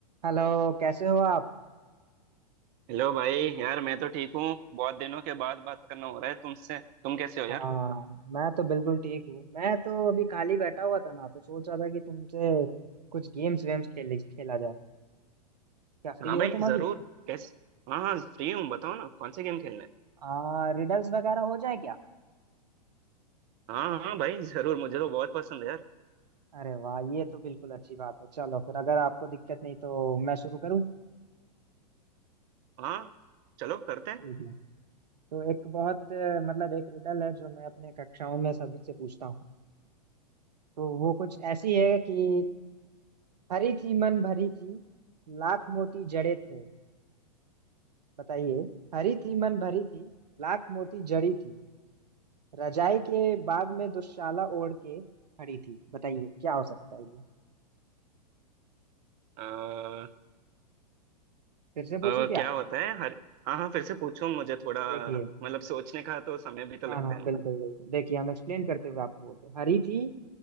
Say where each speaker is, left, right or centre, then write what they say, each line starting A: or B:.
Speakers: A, on the right; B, on the right.
A: Hello कैसे हो आप
B: हेलो भाई यार मैं तो ठीक हूँ बहुत दिनों के बाद बात करना हो रहा है तुमसे तुम कैसे हो यार
A: हाँ मैं तो बिल्कुल ठीक हूँ मैं तो अभी खाली बैठा हुआ था ना तो सोच रहा था कि तुमसे कुछ गेम्स वेम्स खेल खेला जाए क्या फ्री
B: हाँ
A: हो
B: भाई
A: तुम
B: जरूर
A: अभी
B: कैसे हाँ हाँ फ्री हूँ बताओ ना कौन से गेम खेलना है
A: आ, रिडल्स वगैरह हो जाए क्या
B: हाँ हाँ भाई जरूर मुझे तो बहुत पसंद है यार
A: अरे वाह ये तो बिल्कुल अच्छी बात है चलो फिर अगर आपको दिक्कत नहीं तो मैं शुरू करूँ
B: हाँ चलो करते हैं
A: ठीक है तो एक बहुत अ, मतलब एक रिडल है जो मैं अपने कक्षाओं में सभी से पूछता हूँ तो वो कुछ ऐसी है कि हरी थी मन भरी थी लाख मोती जड़े थे बताइए हरी थी मन भरी थी लाख मोती जड़ी थी रजाई के बाग में दुशाला ओढ़ के खड़ी थी बताइए क्या हो सकता है ये
B: आ,
A: फिर से पूछूं
B: क्या
A: क्या
B: होता है हर हाँ हाँ फिर से पूछो मुझे थोड़ा
A: देखिए
B: मतलब सोचने का तो समय भी तो
A: हाँ
B: लगता
A: हाँ
B: है ना
A: बिल्कुल बिल्कुल देखिए हम एक्सप्लेन करते हुए आपको बोलते हैं हरी थी